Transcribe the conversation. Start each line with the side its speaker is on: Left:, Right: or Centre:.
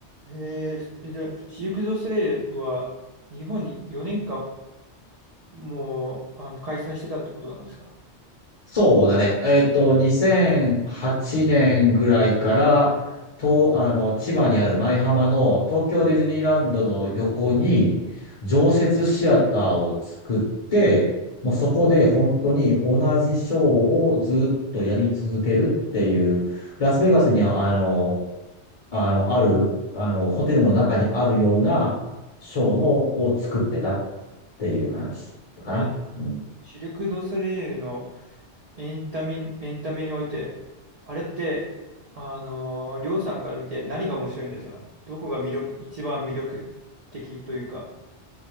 Right: へえ、じゃあ、シルク・ドゥ・ソレイユは日本に4年間もう、あの、開催してたってことなんですか
Left: そうだね。えっと、2008年ぐらいから、と、あの、千葉にある舞浜の東京ディズニーランドの横に常設シアターを作って、もうそこで本当に同じショーをずっとやり続けるっていう、ラスベガスにはあの、あの、ある、あの、ホテルの中にあるようなショーのを作ってたっていう話かな。
Right: え、
Left: うん
Right: シルク・ドゥソレイユのエンタメ、エンタメにおいて、あれって、あのー、りょうさんから見て何が面白いんですかどこが魅力、一番魅力的というか。